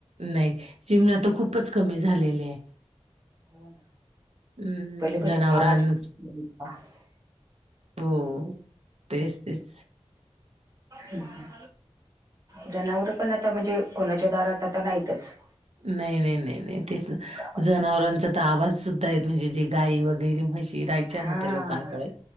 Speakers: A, on the right; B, on the right.
A: नाही चिमण्या तर खूपच कमी झालेले आहे.
B: हो ना
A: हम्म
B: पहिले कशी
A: जनावरान
B: आवाज <unintelligible>
A: हो. तेच, तेच.
B: हम <inaudible> जनावरा पण आता म्हणजे कोणाच्या दारात आता नाहीतच.
A: नाही नाही नाही नाही तेच ना
B: गावात
A: जनावरांचा तर आवाज सुद्धा आहेत म्हणजे जे गाई वगैरे म्हशी राहायच्या
B: हा
A: ना त्या लोकांकडे